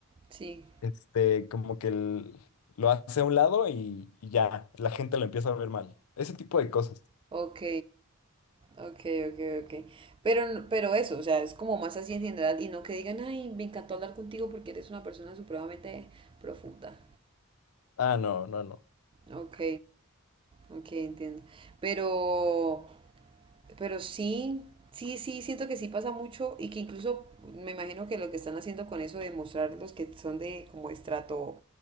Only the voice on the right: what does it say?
sí,
ok, ok, ok, ok. Pero, n- pero eso, o sea, es como más así en general y no que digan, ay, me encantó hablar contigo porque eres una persona supremamente profunda.
Ok, ok, entiendo. Pero... Pero sí, sí, sí, siento que sí pasa mucho y que incluso me imagino que lo que están haciendo con eso de mostrar los que son de como estrato